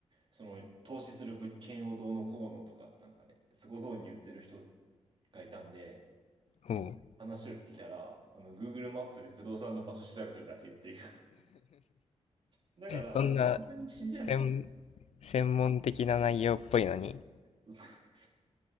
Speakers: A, on the right; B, on the left.
A: その投資する物件をどうのこうのとか、なんか、すごそうに言ってる人がいたんで、
B: ほう。
A: 話を聞いたら、あの、Google マップで不動産の場所調べてるだけっていう。<laughs> だから、
B: そんな
A: なんか本当に信じなくていい。
B: 専、専門的な内容っぽいのに、
A: <laughs> そう